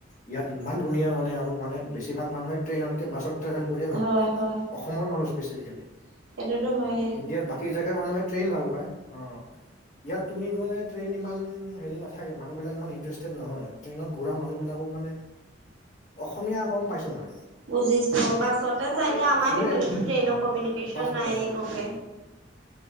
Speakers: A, on the left (about 40°); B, on the right (about 80°).
A: ইয়াত ইমান ধুনীয়া মানে আৰু মানে বেছিভাগ মানুহে ট্ৰেইনত কে বাছ টেভেল কৰিয়ে ভাল
B: হয়
A: পায় মানে
B: হয়
A: অসমৰ মানুহ স্পেচিফিকেলি
B: সেইটোতো
A: অ
B: হয়ে
A: ইণ্ডিয়াৰ বাকী জাগাৰ মানুহে ট্ৰেইন ভাল পায় আহ ইয়াত তুমি গ'লে ট্ৰেইন ইমান হেৰি নাথাকে মানুহবিলাক ইমান ইণ্টাৰেষ্টেড নহয় ট্ৰেইনত ঘূৰা মানুহবিলাকো মানে অসমীয়া গম পাইছো মানে
B: বুজিছো অ বাছতে যাই এতিয়া আমাৰ
A: ঘূৰে
B: সেইফালে ট্ৰেইনৰ
A: অ',
B: কমিউনিকেশ্যন
A: বাছত
B: নাই
A: বাছত
B: এই বৰকে
A: উম,